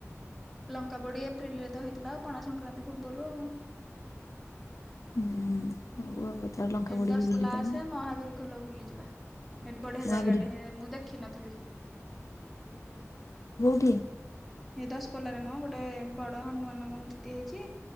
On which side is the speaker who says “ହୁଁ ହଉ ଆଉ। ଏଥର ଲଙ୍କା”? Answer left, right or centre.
Left